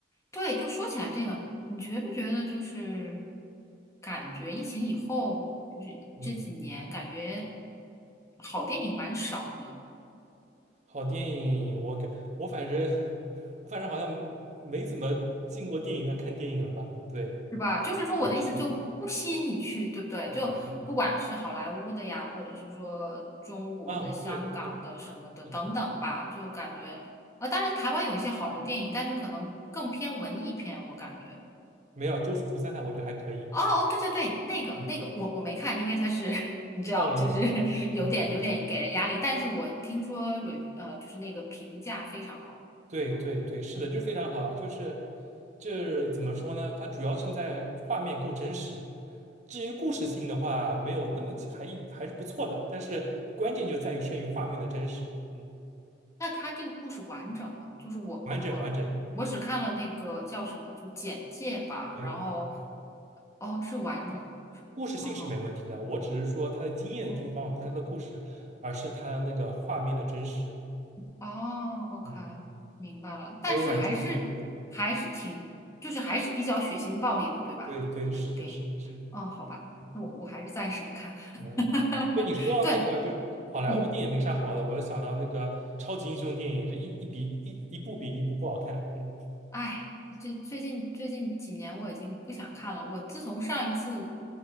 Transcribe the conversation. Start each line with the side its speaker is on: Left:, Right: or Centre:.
Left: 对，就说起来这个，你觉不觉得就是感觉疫情以后，就是这几年感觉
Right: 嗯，
Left: 好电影蛮少的。
Right: 好电影，我感我反正 <laughs> 我反正好像没怎么进过电影院看电影了吧？对，
Left: 是吧？就是说，我的意思就不吸引你去，
Right: 那是，
Left: 对不对？
Right: 嗯嗯，
Left: 就不管是好莱坞的呀，或者是说中国的、
Right: 啊，
Left: 香港的什么的等等吧，
Right: 对对，是的，
Left: 就感觉，呃，当然台湾有一些好的电影，但是可能更偏文艺片，我感觉。
Right: 没有《周处除三害》，我觉得还可以，
Left: 哦，哦对对对，那个那个我我没看，
Right: 嗯，
Left: 因为它是 <laughs> 你知道，
Right: 暴力的，
Left: 就是 <laughs>
Right: 嗯嗯，
Left: 有点有点给人压力，
Right: 嗯
Left: 但是我听说 r 呃就是那个评价非常好。
Right: 对对对，
Left: 嗯
Right: 是的，就是非常好，就是就是怎么说呢？它主要胜在画面够真实，至于故事性的话，没有那么还还是不错的，但是关键就在于胜于画面的真实，嗯。
Left: 那他这个故事完整吗？就是我我我我只看了那个叫什么，
Right: 完整完整，
Left: 就简介吧，
Right: 对，
Left: 然后
Right: 嗯，
Left: 哦是完整的故事，
Right: 故事性是没问题的，
Left: 哦
Right: 我只是说它的惊艳的地方不是它的故事，
Left: 嗯
Right: 而是它那个画面的真实，
Left: 哦，OK，
Right: 嗯，
Left: 明白了，但是还是还是挺就是还是比较血腥暴力的，
Right: 还有阮经天，对
Left: 对吧？
Right: 对对，
Left: 就是那个电影，
Right: 是的，是的，是的，
Left: 嗯，好吧，
Right: 嗯，
Left: 那我我还是暂时不看，
Right: 啊，
Left: <laughs>
Right: 对你说到那个就是好莱坞电影没啥好的，
Left: 对，嗯。
Right: 我又想到那个超级英雄电影，这一一比一一部比一部不好看，嗯
Left: 哎，这最近最近几年我已经不想看了。我自从上一次，